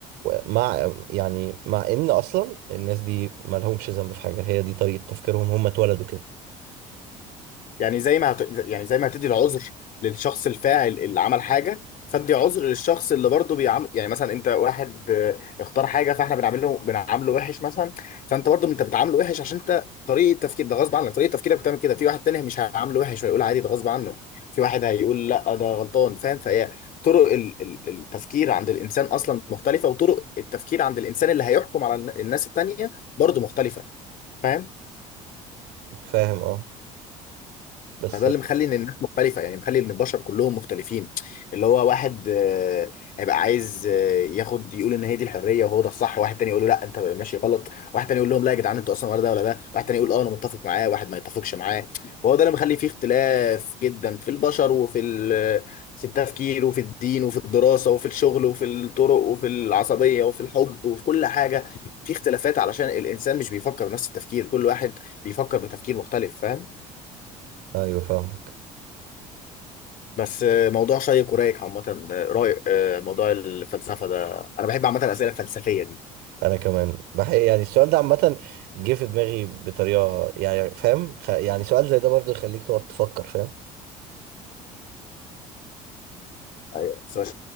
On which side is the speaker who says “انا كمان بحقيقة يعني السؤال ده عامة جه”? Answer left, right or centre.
Right